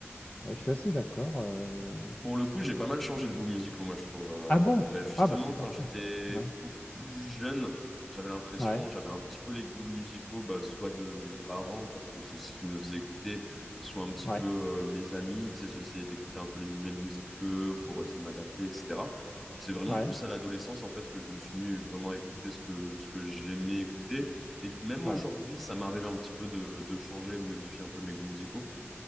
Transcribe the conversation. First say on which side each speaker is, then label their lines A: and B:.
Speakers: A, on the left; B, in the centre.
A: Ouais, je suis assez d'accord, heu
B: Pour le coup, j'ai pas mal changé de goût musicaux, moi, je trouve. Euh,
A: ah bon?
B: bah, justement,
A: Ah bah, c'est parfait.
B: quand j'étais
A: Ouais.
B: beaucoup plus jeune, j'avais l'impression,
A: Ouais.
B: j'avais un petit peu les goûts musicaux, bah, soit de mes parents, parce que c'est ce qui me faisait écouter, soit un petit
A: Ouais.
B: peu euh, mes amis, tu sais, j'essayais d'écouter un peu les mêmes musiques qu'eux pour essayer de m'adapter, etc. C'est vraiment
A: Ouais.
B: plus à l'adolescence, en fait, que je me suis mis vraiment à écouter ce que, ce que j'aimais écouter. Et même
A: Ouais.
B: aujourd'hui, ça m'arrive un petit peu de, de changer et de modifier un peu mes goûts musicaux.